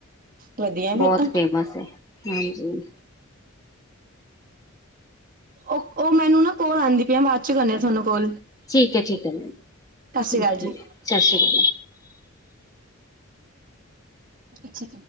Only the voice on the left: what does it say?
ਬਹੁਤ
ਫੇਮਸ ਐ ਹਾਂਜੀ
ਠੀਕ ਐ ਠੀਕ ਐ
ਸਤਿ
ਸ਼੍ਰੀ